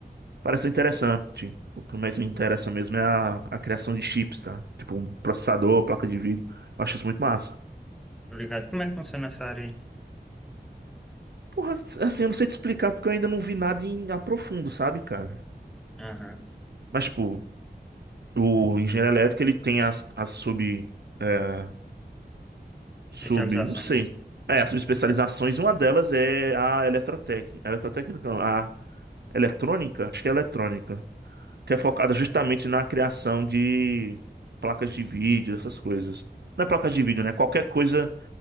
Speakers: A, on the right (about 75°); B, in the centre.
A: Parece interessante. O que mais me interessa mesmo é a, a criação de chips, tá? Tipo, um processador, placa de vídeo. Eu acho isso muito massa.
B: Tô ligado. Como é que funciona essa área aí?
A: Porra, assim, eu não sei te explicar porque eu ainda não vi nada em a profundo, sabe, cara?
B: Aham.
A: Mas, tipo, o engenheiro elétrico, ele tem as, as sub... é,
B: Especializações.
A: sub... não sei. É, as subespecializações. Uma delas é a eletrotécnica. Eletrotécnica, não. A eletrônica? Acho que é eletrônica. que é focada justamente na criação de placas de vídeo, essas coisas. Não é placas de vídeo, né? Qualquer coisa